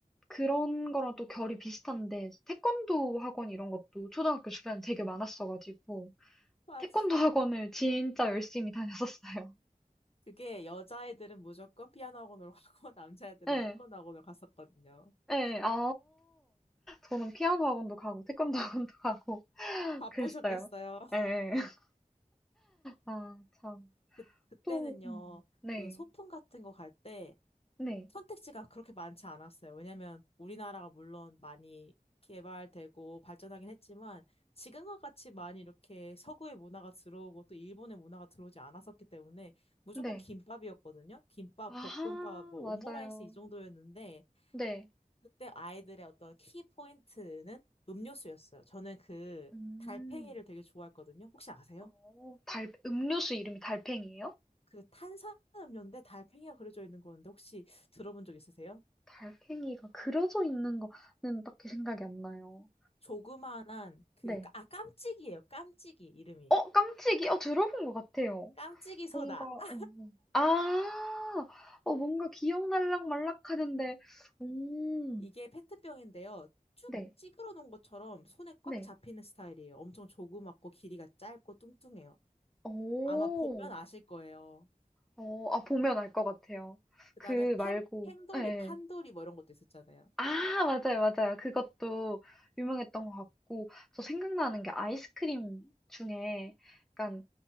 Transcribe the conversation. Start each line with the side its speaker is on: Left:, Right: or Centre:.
Centre: 그런 거랑 또 결이 비슷한데 태권도 학원 이런 것도 초등학교 주변에 되게 많았어 가지고
Left: 맞아.
Centre: 태권도 학원을 진짜 열심히 다녔었어요.
Left: 그게 여자애들은 무조건 피아노 학원으로 가고, <laughs> 남자애들은
Centre: 네
Left: 태권도 학원으로 갔었거든요.
Centre: 네, 아. 저는 피아노 학원도 가고 태권도 학원도 가고 <laughs>
Left: 바쁘셨겠어요.
Centre: 그랬어요. 네, <laughs> 아 참.
Left: 그, 그때는요,
Centre: 또 음. 네.
Left: 그 소풍 같은 거 갈 때,
Centre: 네.
Left: 선택지가 그렇게 많지 않았어요. 왜냐면 우리나라가 물론 많이 개발되고 발전하긴 했지만 지금과 같이 많이 이렇게 서구의 문화가 들어오고 또 일본의 문화가 들어오지 않았었기 때문에 무조건
Centre: 네.
Left: 김밥이었거든요. 김밥,
Centre: 아하,
Left: 볶음밥, 뭐
Centre: 맞아요.
Left: 오므라이스 이 정도였는데
Centre: 네.
Left: 그때 아이들의 어떤 키 포인트는 음료수였어요. 저는 그
Centre: 음.
Left: 달팽이를 되게 좋아했거든요. 혹시 아세요?
Centre: 어, 달, 음료수 이름이 달팽이에요?
Left: 그 탄산음료인데 달팽이가 그려져 있는 건데 혹시 들어본 적 있으세요?
Centre: 달팽이가 그려져 있는 거는 딱히 생각이 안 나요.
Left: 조그만한 그,
Centre: 네.
Left: 아, 깜찍이에요. 깜찍이, 이름이.
Centre: 어, 깜찍이? 어, 들어본 것 같아요.
Left: 깜찍이 소다.
Centre: 뭔가, 어,
Left: 아!
Centre: 어. 아, 어, 뭔가 기억날락 말락 하는데, 음,
Left: 이게 페트병인데요. 쭉
Centre: 네,
Left: 찌그러 놓은 것처럼 손에 꽉
Centre: 네.
Left: 잡히는 스타일이에요. 엄청 조그맣고 길이가 짧고 뚱뚱해요.
Centre: 오,
Left: 아마 보면 아실 거예요.
Centre: 어, 아, 보면 알 것 같아요.
Left: 그
Centre: 그
Left: 다음에
Centre: 말고,
Left: 판, 행돌이,
Centre: 예.
Left: 판돌이 뭐 이런 것도 있었잖아요.
Centre: 아, 맞아요, 맞아요. 그것도 유명했던 것 같고, 저 생각나는 게 아이스크림 중에 약간